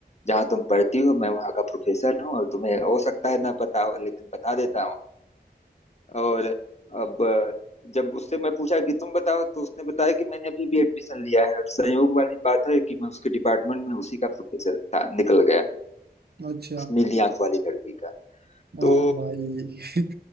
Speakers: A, on the left; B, on the right.
A: जहाँ तुम पढ़ती हो मैं वहाँ का प्रोफेसर हूँ और तुम्हें हो सकता है ना पता हो लेकिन बता देता हूँ और अब अ, जब उससे मैं पूछा कि तुम बताओ तो उसने बताया कि मैंने अभी भी एडमिशन लिया है और संयोग वाली बात है कि मैं उसके डिपार्टमेंट में उसी का प्रोफेसर था निकल गया
B: अच्छा
A: उस नीली आंख वाली लड़की का
B: हाँ
A: तो
B: भाई <laughs>